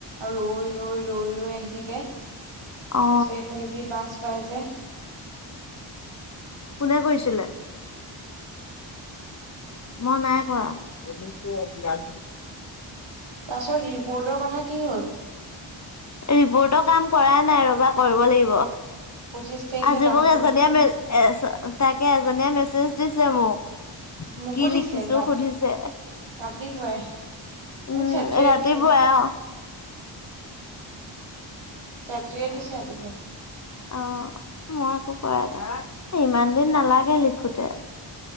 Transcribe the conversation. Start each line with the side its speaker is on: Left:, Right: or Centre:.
Right: আৰু ৰৈ ৰৈ ৰৈ ৰৈ আহি থাকে। তাৰপাছত
Left: অ
Right: এইফালেদি বাছ পাইজে।
Left: কোনে কৈছিলে? মই নাই কৰা।
Right: তাৰ পিছত ৰিপৰ্টৰ কথা কি হ'ল?
Left: ৰিপৰ্টৰ কাম কৰাই নাই ৰবা কৰিব লাগিব।
Right: পঁচিশ তাৰিখে
Left: আজি
Right: লাষ্ট
Left: মোক এজনীয়া
Right: ডেট দিছে
Left: মে তাকে এজনীয়া মেছেজ বুজিছে মোক
Right: মোকো
Left: কি
Right: দিছে
Left: লিখিছো
Right: ৰাতি
Left: সুধিছে
Right: ৰাতিপুৱাই মোক
Left: উম
Right: চেত্ৰীয়ে
Left: ৰাতিপুৱাই
Right: দিছে
Left: অ
Right: ছাত্ৰীয়ে দিছে ৰাতিপুৱাই
Left: অ মই একো কৰা ন ইমান দিন নালাগে লিখোতে।